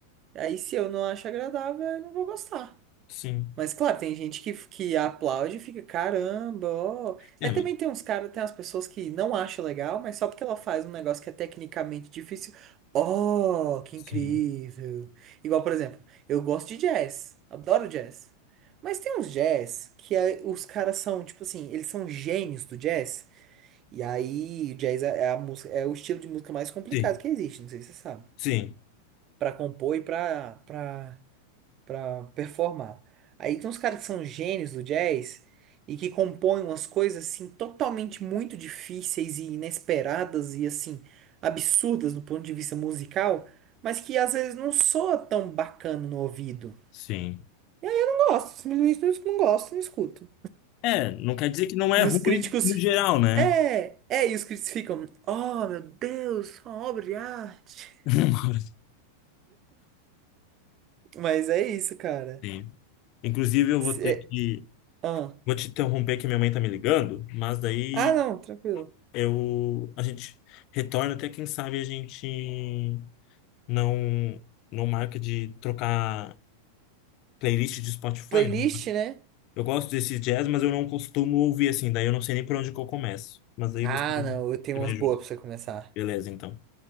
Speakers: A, on the right (about 30°); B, on the left (about 40°).
A: Aí se eu não acho agradável, eu não vou gostar.
B: sim.
A: Mas claro, tem gente que, que aplaude e fica, caramba, ó.
B: É,
A: Mas
B: mas-
A: também tem uns caras, tem umas pessoas que não acham legal, mas só porque ela faz um negócio que é tecnicamente difícil. oh que
B: sim,
A: incrível. Igual, por exemplo, eu gosto de jazz, adoro jazz. Mas tem uns jazz que é- os caras são, tipo assim, eles são gênios do jazz. E aí, o jazz é, é a música, é o estilo de música mais complicado
B: sim,
A: que existe, não sei se você sabe.
B: sim,
A: Pra compor e pra, pra pra performar. Aí tem uns caras que são gênios do jazz e que compõem umas coisas assim totalmente muito difíceis e inesperadas e assim absurdas do ponto de vista musical, mas que às vezes não soa tão bacana no ouvido.
B: sim.
A: Não gosto, simplesmente não, não gosto, não escuto.
B: É, não quer dizer que não é
A: E
B: ruim
A: os críticos
B: no geral, né?
A: é, é, e os críticos ficam, oh meu Deus, uma obra de arte.
B: <laughs>
A: Mas é isso, cara.
B: Sim. Inclusive, eu
A: Cê-
B: vou ter que,
A: Ah.
B: vou te interromper que minha mãe tá me ligando, mas daí
A: ah, não, tranquilo.
B: eu, a gente retorna até quem sabe a gente não não marca de trocar playlist de Spotify.
A: Playlist,
B: né?
A: né?
B: Eu gosto desse jazz, mas eu não costumo ouvir assim, daí eu não sei nem por onde que eu começo. Mas aí
A: Ah,
B: você, você
A: não, eu tenho umas
B: me ajuda.
A: boas pra você começar.
B: Beleza, então.